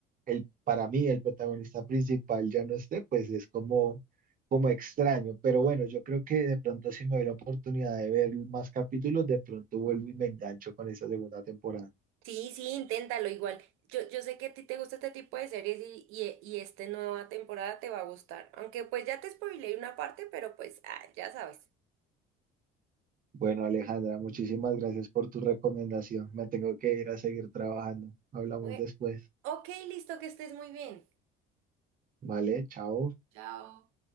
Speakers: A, on the right; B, on the right.
A: el, para mí el protagonista principal ya no esté, pues es como, como extraño, pero bueno, yo creo que de pronto si me doy la oportunidad de ver más capítulos, de pronto vuelvo y me engancho con esa segunda temporada.
B: Sí, sí, inténtalo igual. Yo, yo sé que a ti te gusta este tipo de series y, y, e, y esta nueva temporada te va a gustar. Aunque pues ya te spoileé una parte, pero pues ah, ya sabes.
A: Bueno, Alejandra, muchísimas gracias por tu recomendación. Me tengo que ir a seguir trabajando. Hablamos
B: Bueno,
A: después.
B: ok, listo, que estés muy bien.
A: Vale, chao.
B: Chao.